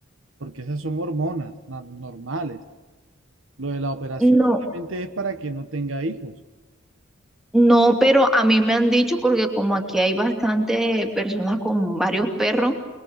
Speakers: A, on the right (about 70°); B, in the centre.
A: porque esas son hormonas na- normales. Lo de la operación
B: no,
A: solamente es para que no tenga hijos.
B: no, pero a mí me han dicho, porque como aquí hay bastante personas con varios perros,